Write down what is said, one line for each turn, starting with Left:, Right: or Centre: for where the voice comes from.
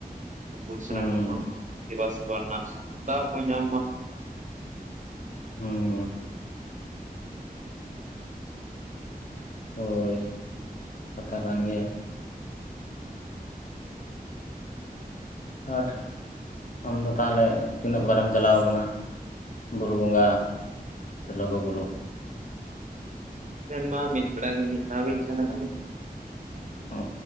Right: ᱵᱩᱡ ᱥᱟᱱᱟ
Left: ᱦᱩᱸ
Right: ᱠᱚᱢᱟ ᱫᱮᱵᱟ ᱥᱮᱵᱟ ᱨᱮᱱᱟᱜ ᱫᱟᱣ ᱠᱚ ᱧᱟᱢ ᱢᱟ
Left: ᱦᱩᱸ ᱦᱳᱭ ᱠᱟᱛᱷᱟ ᱠᱟᱱ ᱜᱮᱭᱟ ᱟᱨ ᱟᱢᱫᱚ ᱛᱟᱦᱚᱞᱮ ᱛᱤᱱᱟᱹᱜ ᱵᱟᱨᱮᱢ ᱪᱟᱞᱟᱣ ᱟᱠᱟᱱᱟ ᱵᱩᱨᱩ ᱵᱚᱸᱜᱟ ᱥᱮ ᱞᱩᱜᱩᱵᱩᱨᱩ
Right: ᱟᱞᱤᱧ ᱢᱟ ᱢᱤᱫᱵᱮᱬᱟᱜᱮ ᱢᱤᱫᱫᱷᱟᱣᱜᱤᱧ ᱥᱮᱱ ᱠᱟᱱᱟ
Left: ᱚ